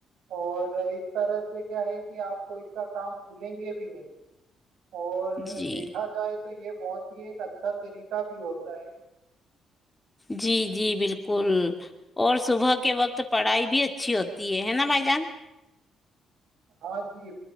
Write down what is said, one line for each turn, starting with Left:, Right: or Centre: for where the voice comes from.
Right: اور اس طرح سے کیا ہے کہ آپ کوئی سا کام بھولیں گے بھی نہیں اور تو
Left: جی
Right: دیکھ تو یہ بہت ہی ایک اچھا طریقہ بھی ہوتا ہے
Left: جی جی بالکل اور صبح کے وقت پڑھائی بھی اچھی ہوتی ہے نا بھائی جان
Right: ہاں جی